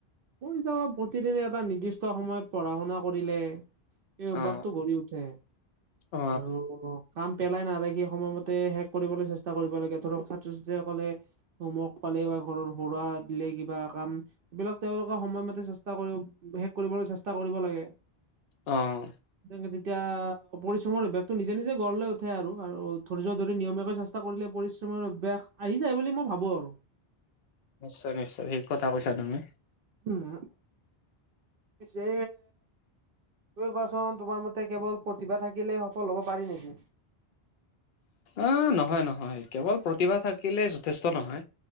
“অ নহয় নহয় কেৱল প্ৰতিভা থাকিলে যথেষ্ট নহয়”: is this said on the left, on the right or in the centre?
Left